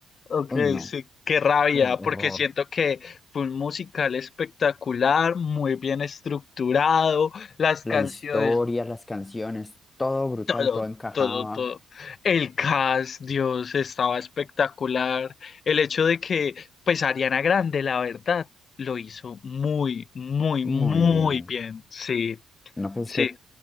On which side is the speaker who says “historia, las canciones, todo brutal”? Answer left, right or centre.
Left